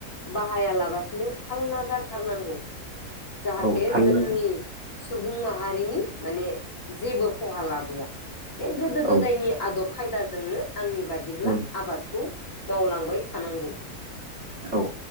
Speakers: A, on the left; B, on the right.
A: बाहायालाबासिनो थारला गारथारनांगौ जाहाथे
B: औ थाल
A: जोंनि
B: लागोन
A: सुबुं माहारिनि माने जेबो खहा लाबोआ बे गोदो गोदायनि
B: औ
A: आदब खायदाजोंनो आंनि बा दिब्ला
B: औ
A: आबादखौ मावलांबाय थानांगौ
B: औ